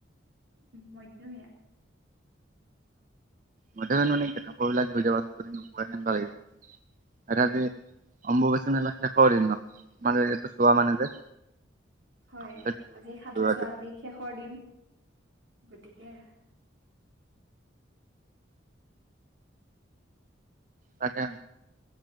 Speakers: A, on the right (about 65°); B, on the right (about 40°).
A: মধ্যমীয়া।
B: মাজ নাই ককৌ ল যাব ত আকাই <inaudible> <unintelligible> আধা দে অম্বুবাচি মেলা শেষৰ দিন ন মানে এইটো চোৱা মানে যে
A: হয়
B: কাপোৰবিলাক ধুই
A: আজি সাথছোৱা
B: দিব লাগিব।
A: আজি শেষৰ দিন। গতিকে
B: তাকে।